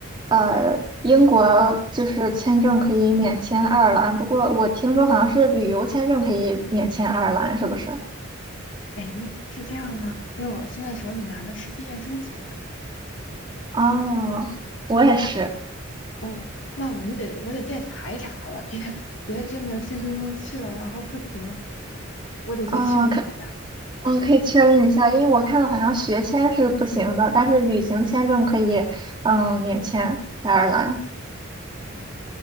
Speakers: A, on the right (about 25°); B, on the left (about 60°).
A: 呃，
B: 嗯，
A: 英国就是签证可以免签爱尔兰，不过我听说好像是旅游签证可以免签爱尔兰，是不是？
B: 诶，是这样吗？因为我现在手里拿的是毕业生签证。
A: 哦，我也是。
B: 那哦，那我们得我得再查一查了，别别真的兴冲冲去了，然后不行，我得再确认一下。
A: 啊，可嗯，可以确认一下，因为我看到好像学签是不行的，但是旅行签证可以，嗯，免签爱尔兰。
B: 哦，